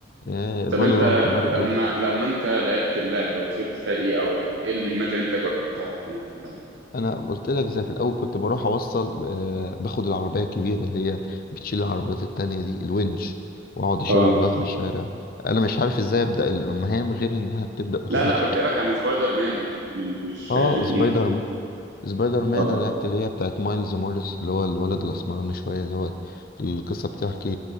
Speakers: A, on the left; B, on the right.
A: آه فالورانت
B: طب انت
A: برضو
B: لما لما انت لعبت اللعبه وصلت فرق ايه او ايه المهمات اللي انت جربتها فيها في اللعبة؟
A: أنا قلت لك زي في الأول كنت بروح أوصل آه باخد العربية الكبيرة اللي هي بتشيل العربيات التانية دي الونش وأقعد أشيل
B: اه
A: العربيات من الشارع أنا مش عارف إزاي أبدأ المهام غير إنها بتبدأ أوتوماتيك
B: لا لا بكلمك عن سبايدر مان من مش
A: أه
B: جي تي
A: سبايدر
B: اي
A: سبايدر مان
B: اه
A: انا لعبت اللي هي بتاعت مايلز موريس اللي هو الولد الاسمراني شويه دوت القصه بتحكي